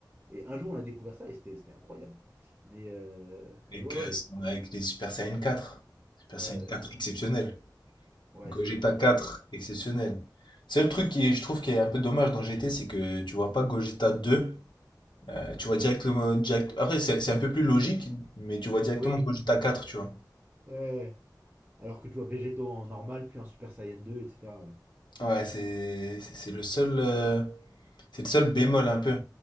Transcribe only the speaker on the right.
Et un jour, on a découvert ça et c'était c'était incroyable. Mais, euh, mais
ouais,
ouais,
ouais,
ouais,
c'était Super
Dreamcast,
incroyable.
Oui,
ouais, ouais. Alors que tu vois, Végéto en normal, puis en Super Saiyan 2, etc. Ouais,